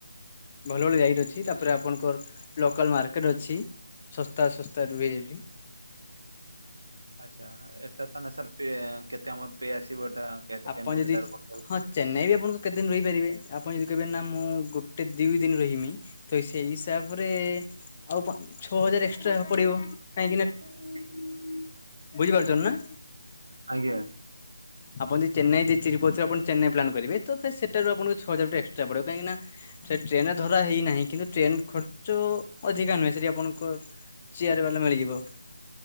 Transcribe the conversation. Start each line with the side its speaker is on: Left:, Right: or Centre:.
Left: ଭଲ ଭଲ ଗାଇଡ୍ ଅଛି ତାପରେ ଆପଣଙ୍କର ଲୋକାଲ ମାର୍କେଟ ଅଛି। ଶସ୍ତା ଶସ୍ତା ରୁହେ ଏଠି।
Right: ଆଚ୍ଛା ଏଟା ତ ନ ସାର୍ ପେ କେତେ ଆମର ପେ ଆସିବ? ଏଟା କେତେ
Left: ଆପଣ
Right: ପେମେଣ୍ଟ
Left: ଯଦି
Right: ଏଟାର କରିଥାଉ?
Left: ହଁ ଚେନ୍ନାଇ ବି ଆପଣଙ୍କୁ କେତେ ଦିନ ରହିପାରିବେ ଆପଣ ଯଦି କହିବେ ନା ମୁଁ ଗୋଟେ ଦୁଇ ଦିନ ରହିମି ତ ସେଇ ହିସାବରେ ଆଉ ପା ଛଅ ହଜାର ଏକ୍ସଟ୍ରା ପଡିବ କାହିଁକି ନା
Right: <unintelligible>
Left: ବୁଝିପାରୁଛନ୍ତି ନା?
Right: ଆଜ୍ଞା।
Left: ଆପଣ ଯଦି ଚେନ୍ନାଇ ଦେଇ ଚିରୁ ପରେପଣ ଚେନ୍ନାଇ ପ୍ଲାନ୍ କରିବେ ତ ସେଟା ରୁ ଆପଣଙ୍କୁ ଛଅ ହଜାର ଗୋଟେ ଏକ୍ସଟ୍ରା ପଡିବ କାହିଁକି ନା ସେ ଟ୍ରେନ୍ ଧରା ହେଇନାହିଁ କିନ୍ତୁ ଟ୍ରେନ ଖର୍ଚ୍ଚ ଅଧିକା ନୁହେଁ ସେଠି ଆପଣଙ୍କ ଚିୟାର <inaudible> ମିଳିଯିବ।